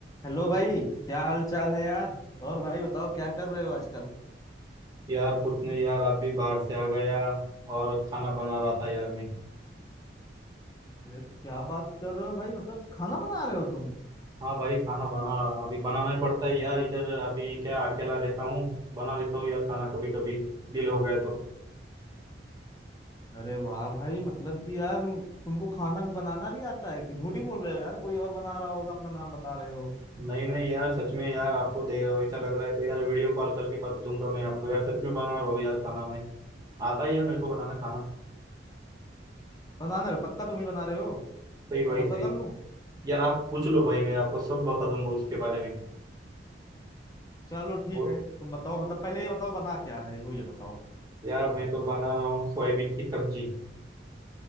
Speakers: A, on the left (about 20°); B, on the right (about 20°).
A: Hello भाई क्या हाल चाल है यार और भाई बताओ क्या कर रहे हो आजकल
B: यार कुछ नहीं यार अभी बाहर से आ गया और खाना बना रहा था यार मैं
A: अरे क्या बात कर रहे हो भाई मतलब खाना बना रहे हो तुम
B: हाँ भाई खाना बना अभी बनाना ही पड़ता है यार इधर अभी क्या अकेला रहता हूँ बना लेता हूँ यार खाना कभी कभी दिल हो गया तो
A: अरे वाह भाई मतलब कि यार तुमको खाना भी बनाना भी आता है कि झूठी बोल रहे हो यार कोई और बना रहा होगा अपना नाम बता रहे हो
B: नहीं नहीं यार सच में यार आपको दे वैसा लग रहा है तो यार वीडियो कॉल करके बता दूंगा मैं आपको यार सच में बना रहा हूँ यार खाना मैं आता है यार मेरे को बनाना खाना
A: बनाना भी पक्का तुम ही बना रहे हो
B: सही भाई
A: भरोसा
B: सही
A: कर लूं
B: यार आप पूछ लो भाई मैं आपको सब बता दूंगा उसके बारे में
A: चलो ठीक
B: वो
A: है तुम बताओ मतलब पहले ये बताओ बना क्या रहे हो ये बताओ
B: यार मैं तो बना रहा हूँ सोयाबीन की सब्जी